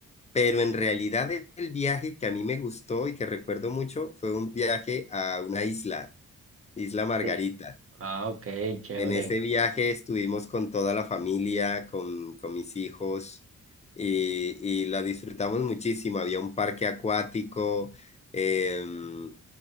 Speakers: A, on the left; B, on the right.
A: pero en realidad e- el viaje que a mí me gustó y que recuerdo mucho fue un viaje a una isla, Isla Margarita.
B: Sí. Ah, ok, chévere.
A: En ese viaje estuvimos con toda la familia, con, con mis hijos y, y la disfrutamos muchísimo. Había un parque acuático. em,